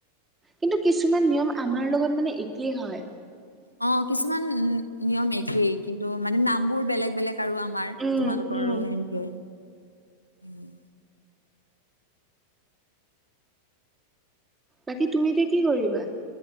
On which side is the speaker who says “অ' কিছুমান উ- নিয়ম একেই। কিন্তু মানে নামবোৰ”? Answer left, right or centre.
Left